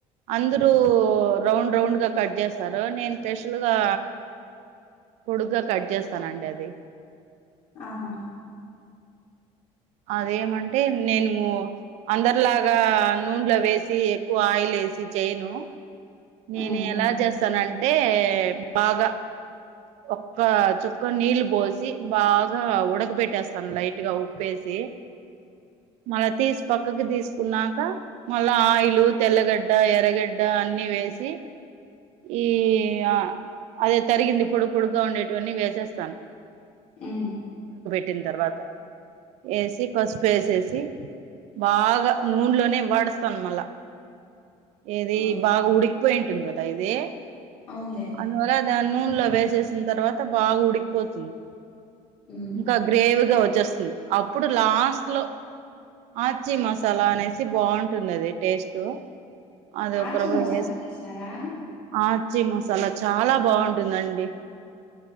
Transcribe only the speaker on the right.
అందరూ రౌండ్ రౌండ్ గా కట్ జెస్తారు నేన్ పెషులుగా పొడుగ్గా కట్ జేస్తానండి అది
అదేమంటే నేను అందర్లాగా నూండ్లో వేసీ ఎక్కువ ఆయి లేసి చేయను నేను
ఎలా చేస్తానం అంటే బాగా ఒక్క చుక్క నీళ్ళు బోసి బాగా ఉడక బెట్టేస్తాను లైట్గా ఉప్పేసి మళ్ళ తీస్ పక్కకి దీస్ కున్నాక మళ్ళా ఆయిలు తెల్లగడ్డ ఎర్రగడ్డ అన్ని వేసి ఈ అ అదే తరిగింది పొడు పొడుగ్గా ఉండేటివన్నీ వేసేస్తాన్
పెట్టిన్ తర్వాత ఏసి పసుపేసేస్ సి బాగా నూండ్లోనే వడుస్తాన్ మళ్ళా ఏది
బాగా ఉడికిపోయింటుంది గదా ఇది
అందువల్ల దాన్ నూండ్లో వేసేసిన్ తర్వాత బాగ ఉడికిపోతుంది
ఇంకా గ్రేవ్గా వచ్చేస్తుంది అప్పుడు లాస్ట్లో ఆచ్చీ మసాలా అనేసి బాంటుంది అది టేస్టు అది
ఒక్క రవ్వ
వేసి
ఆచ్చీ మసాలా చాలా బాంటుందండి